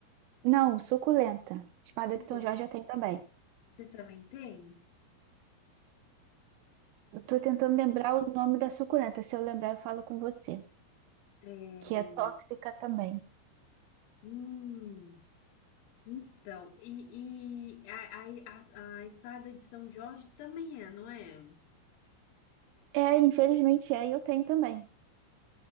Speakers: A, on the right; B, on the left.
A: Não, suculenta. Espada
B: Suco,
A: de São Jorge eu tenho também.
B: você também tem?
A: Eu tô tentando lembrar o nome da suculenta. Se eu lembrar, eu falo com você.
B: É,
A: Que é tóxica também.
B: hum, então, e, e a, a, a, a espada de São Jorge também é, não é?
A: É, infelizmente é, e eu tenho também.